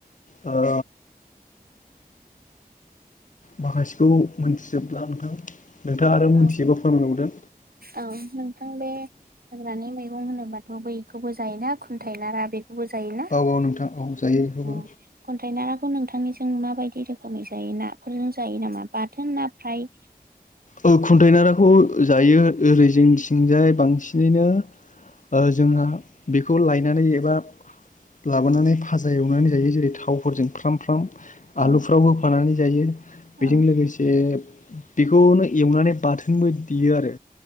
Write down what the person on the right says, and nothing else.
<inaudible>
औ
औ नोंथां बे हाग्रानि मैगं होनोबा ब बैखौबो जायोना खुन्थाय नारा बे बो जायोना
अ खुन्थायनाराखौ नोंथा थांनिजों माबायदि रोखोमै जायो ना फोरजों जायो नामा बाथोन ना फ्राय
औ
औ